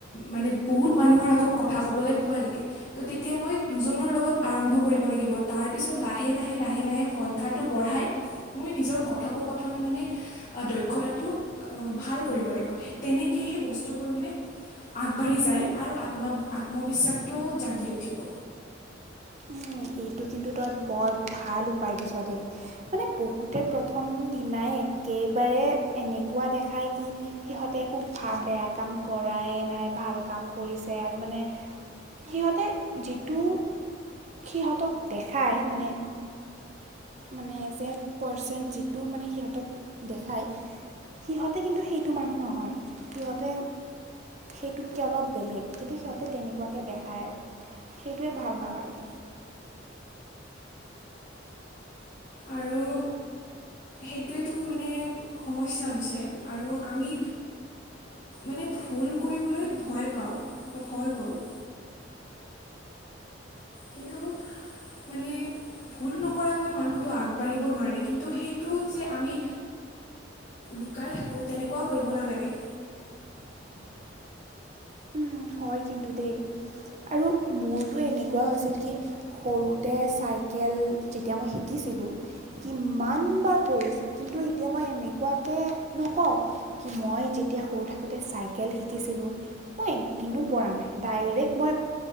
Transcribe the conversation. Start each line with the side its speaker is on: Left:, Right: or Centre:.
Left: মানে, বহুত মানুহৰ আগত কথা ক'বলৈ ভয় লাগে, তো তেতিয়া মই দুজনৰ লগত আৰম্ভ কৰিব লাগিব, তাৰপাছত লাহে, লাহে, লাহে, লাহে, সংখ্যাটো বঢ়াই মই নিজৰ কথপ কথন মানে, দক্ষতাটো ভাল কৰিব লাগিব তেনেকহে সেই বস্তুবোৰ মানে আগবাঢ়ি যায় আৰু আত্ম-আত্মবিশ্বাসটোও জাগি উঠিব।
Right: উম, এইটো কিন্তু তই বৰ ভাল উপায় দিছ দেই, মানে বহুতে প্ৰথম দিনাই একেবাৰে এনেকুৱা দেখায় কি, সিহঁতে একো ভা, বেয়া কাম কৰ <unintelligible> ভাল কাম কৰিছে, আৰু মানে সিহতে যিটো সিহঁতক দেখাই মানে মানে এজ এ পাৰ্চন যিটো মানে সিহঁতক দেখায় সিহঁতে কিন্তু সেইটো মানুহ নহয়, সিহঁতে সেইটোতকে অলপ বেলেগ, কিন্তু সিহঁতে তেনেকুৱাকে দেখায় আৰু। সেইটোৱে ভাল নালাগে।
Left: আৰু সেইটোৱেতো মানে সমস্যা হৈছে, আৰু আমি মানে ভুল কৰিবলৈ ভয় পাওঁ বা ভয় কৰো।
Right: <inaudible>
Left: কিন্তু মানে ভুল নকৰাকৈ মানুহতো আগবাঢ়িব নোৱাৰে কিন্তু সেই <unintelligible> যে আমি লুকাই থাকো তেনেকুৱা কৰিব নালাগে।
Right: <inaudible> উম, হয় কিন্তু দেই। আৰু মোৰতো এনেকুৱা হৈছিল কি সৰুতে চাইকেল যেতিয়া মই শিকিছিলো। কিমান বাৰ পৰিছো কিন্তু এতিয়া মই এনেকুৱাকে নকও কিন্তু মই যেতিয়া সৰু থাকোঁতে চাইকেল শিকিছিলোঁ মই এক দিনো পৰা নাই ডাইৰেক্ট মই